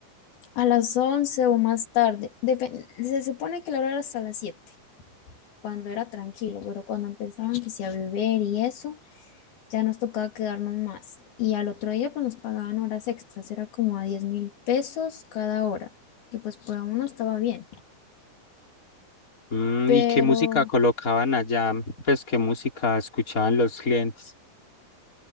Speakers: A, on the left (about 85°); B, on the left (about 20°).
A: A las 11 o más tarde, depen- se supone que la hora era hasta las siete. cuando era tranquilo, pero cuando empezaban que sí a beber y eso, ya nos tocaba quedarnos más. Y al otro día pues nos pagaban horas extras, era como a diez mil pesos cada hora, que pues por uno estaba bien.
B: Mm,
A: Pero
B: ¿y qué música colocaban allá? Pues, ¿qué música escuchaban los clientes?